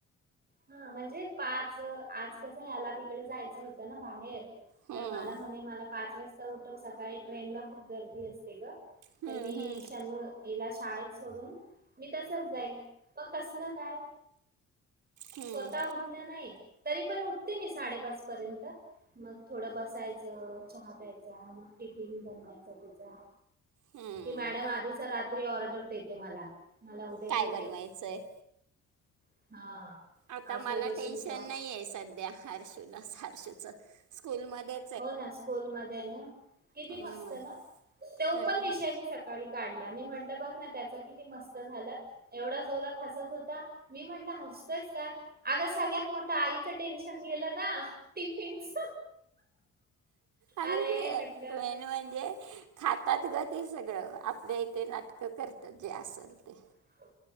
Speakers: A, on the right; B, on the right.
A: हा म्हणजे पांच आज कसं याला तिकडे जायचं होतं ना बाहेर
B: हं,
A: तर मला म्हणे मला पाच वाजता उठव सकाळी ट्रेन ला खूप गर्दी असते गं
B: हं,
A: तर मी
B: हं,
A: शंभ ईला शाळेत सोडून मी तसंच जाईन पग कसलं काय
B: हं,
A: स्वतः उठलं नाही तरी पण उठते मी साडेपाच पर्यंत मग थोडं बसायचं चहा प्यायचा मग टिफिन बनवायचा तिचा
B: हं.
A: ती मॅडम आधीच रात्री ऑर्डर देते मला मला उद्या
B: काय
A: हे
B: बनवायचंय
A: दे हा
B: आता
A: आज
B: मला
A: हे देशील
B: टेन्शन
A: का
B: नाही आहे सध्या हर्शूला हारशूचं स्कूलमध्ये
A: हो ना स्कूल मध्ये ना किती
B: हं,
A: मस्त ना तेव
B: त्यांना
A: पण विषय म सकत सकाळी काढला मी म्हटलं बघ ना त्याच किती मस्त झालं एवढा जोरा फासत होता मी म्हटलं हसतयस का आग सगळ्यात मोठं आईचं टेन्शन गेलं ना टिफिनच
B: आणि
A: अरे
B: व
A: म्हटलं
B: वेन म्हणजे खातात ग ते सगळं आपल्या इथे नाटक करतात जे असेल ते
A: हो